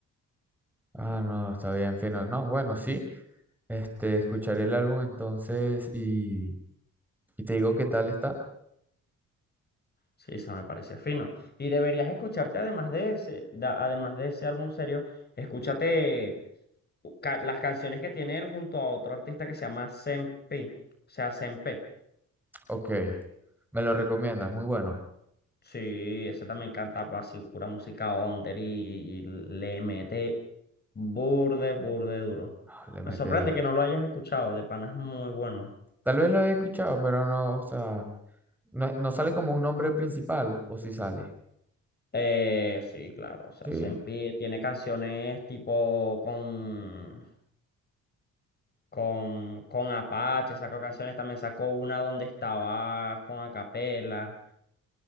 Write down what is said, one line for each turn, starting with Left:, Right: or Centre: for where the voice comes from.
Centre: ah, no, está bien, fino. No, bueno, sí, este, escucharé el álbum entonces y, y te digo qué tal está.
Left: Sí, esa me parece fino. Y deberías escucharte además de ese, da- además de ese álbum serio, escúchate. ca- las canciones que tiene él junto a otro artista que se llama Sempe, o sea, Sempe.
Centre: Ok, me lo recomiendas, muy bueno.
Left: Sí, ese también canta pa- así pura música under y, y le mete burde, burde duro.
Centre: Ah, Le mete,
Left: Me sorprende que no lo hayas escuchado, de pana es muy bueno.
Centre: tal vez lo he escuchado, pero no, o sea, no, no sale como un nombre principal, o si sale.
Left: Eh, sí, claro, o sea,
Centre: Sí,
Left: Sempe tiene canciones tipo con, con, con Apache, sacó canciones, también sacó una donde estaba con Acapela.